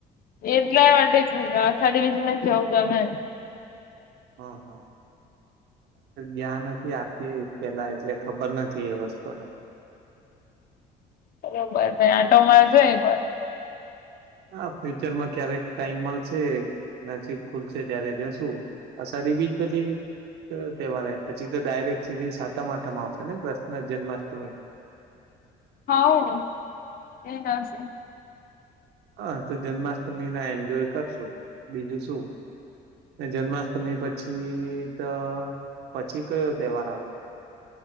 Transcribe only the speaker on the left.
એટલા માટે અષાડી બીજ ના જઉ ગમે.
બરોબર તે આંટા માર જો એકવાર.
હા એ <unintelligible>